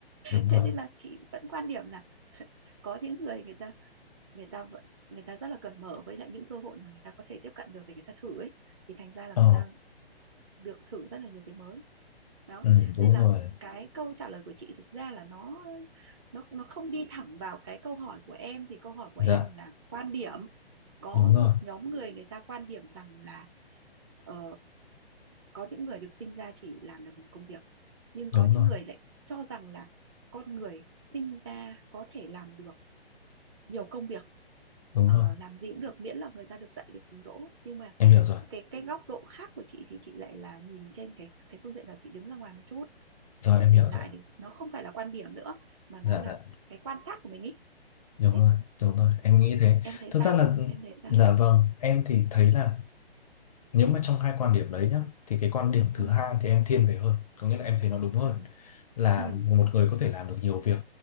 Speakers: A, on the left; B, on the right.
A: đúng
B: thế
A: rồi
B: nên là chị vẫn quan điểm là có những người người ta người ta vẫn người ta rất là cởi mở với lại những cơ hội mà người ta có thể tiếp cận được để người ta thử ấy thì thành ra là
A: ờ
B: người ta được thử rất là nhiều cái mới đó
A: ừ đúng
B: nên là
A: rồi
B: cái câu trả lời của chị thực ra là nó nó nó không đi thẳng vào cái câu hỏi của em thì câu hỏi của
A: dạ
B: em là quan điểm có
A: đúng rồi
B: một nhóm người người ta quan điểm rằng là ờ, có những người được sinh ra chỉ làm được một công việc nhưng có
A: đúng
B: những
A: rồi
B: người lại cho rằng là con người sinh ra có thể làm được nhiều công việc
A: đúng
B: Ờ,
A: rồi
B: làm gì cũng được miễn là người ta được dạy được hướng đỗ nhưng mà
A: em hiểu rồi
B: cái cái góc độ khác của chị thì chị lại là nhìn trên cái cái phương diện là chị đứng ra ngoài một chút
A: rồi
B: chị
A: em
B: nhìn
A: hiểu
B: lại
A: rồi
B: thì nó không phải là quan điểm nữa mà nó
A: dạ
B: là
A: dạ
B: cái quan sát của mình ý
A: đúng
B: thế
A: rồi đúng rồi em nghĩ thế
B: em thấy
A: thực
B: sao
A: ra là
B: em thấy sao
A: dạ vâng em thì thấy
B: ừ
A: là nếu mà trong hai quan điểm đấy nhá thì cái quan điểm thứ
B: ừ
A: hai thì em thiên về hơn có nghĩa là em thấy nó đúng hơn
B: ừ
A: là
B: ừ
A: một người có thể làm được nhiều việc